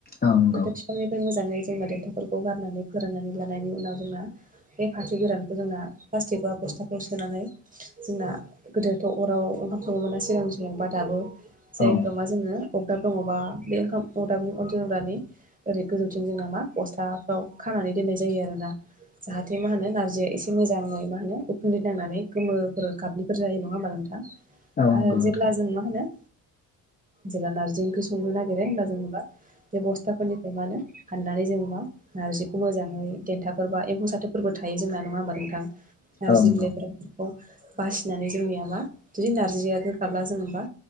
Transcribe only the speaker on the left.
औ नंगौ
औ
औ नंगौ
नोंथां
औ नंगौ